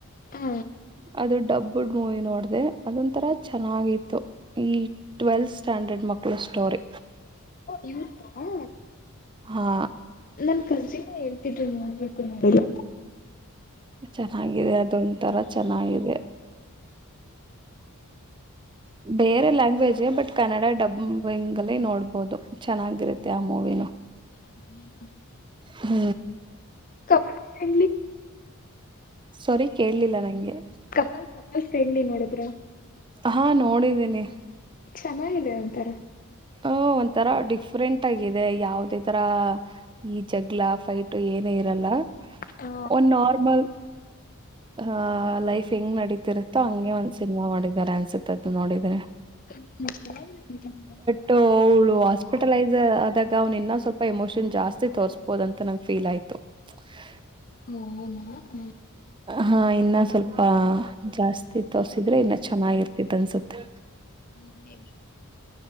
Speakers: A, on the left; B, on the right.
A: ಹ
B: ಅದು ಡಬ್ಬುಡ್ ಮೂವಿ ನೋಡ್ದ ಅದೊಂಂತರ ಚೆನ್ನಾಗಿತ್ತು ಈ ಟ್ವೆಲ್ತ್ ಸ್ಟ್ಯಾಂಡರ್ಡ್ ಮಕ್ಕಳ ಸ್ಟೋರಿ
A: ಯುವತ ಹಾ
B: ಹಾ
A: ನನ್ ಕರ್ಜಿನಾ ಹೇಳ್ತಿದ್ರಿ ನೋಡ್ಬೇಕು ನೋಡಿಲ್ಲ
B: ಚೆನ್ನಾಗಿದೆ ಅದೊಂ ತರ ಚೆನ್ನಾಗಿದೆ ಬೇರೆ ಲ್ಯಾಂಗ್ವೇಜ್ ಬಟ್ ಕನ್ನಡ ಡಬ್ಬಿಂಗ್ ಅಲ್ಲಿ ನೋಡ್ಬೋುದು ಚೆನ್ನಾಗಿರುತ್ತೆ ಆ ಮೂವಿನು
A: ಹೂ
B: ಹೂ
A: ಕಪ್ಪಿ
B: ಸೋರಿ ಕೇೇಳಲಿಲ್ಲ ನಂಗೆ
A: ಕಪಲ್ ಕ ಹ ಸಣ್ಣಿ ನೋಡಿದ್ರ
B: ಹಾ ನೋಡಿದ್ದೀನಿ
A: ಚೆನ್ನಾಗಿದೆ ಒಂತಾರೆ
B: ಹ ಒಂಥರಾ ಡಿಫ್ರೆಂಟ್ ಆಗಿದೆ ಯಾವುದೇ ತರ ಈ ಜಗ್ಲಾ ಫೈಟ್ ಏನ ಇರಲ್ಲ
A: ಹಾ
B: ಒಂದ ನಾರ್ಮಲ್ ಆಹ ಲೈಫ್ ಹೆಂಗ್ ನಡೀತಿರುತ್ತೋ ಹಂಗೆ ಒಂದ್ ಸಿನಿಮಾ ಮಾಡಿದ್ದಾರೆ ಅನ್ಸುತ್ತದು ನೋಡಿದ್ರೆ
A: ಹ
B: ಟೋಲ್ ಹಾಸ್ಪಿಟಲೈಸ್ ಆದಾಗ ಅವ್ನ್ ಇನ್ನ ಸ್ವಲ್ಪ ಎಮೋಷನ್ ಜಾಸ್ತಿ ತೋರ್ಬೋದ ಅಂತ ನಂಗ ಫೀಲ್ ಆಯ್ತು <inaudible> <inaudible>
A: ಹೂ ನಾ ಹೂ
B: ಹಾ ಇನ್ನ ಸ್ವಲ್ಪ ಜಾಸ್ತಿ ತೋಸಿದ್ರೆ ಇನ್ನ ಚೆನ್ನಾಗಿರುತ್ತಿತ್ತು ಅನ್ಸುತ್ತೆ
A: ಹೂ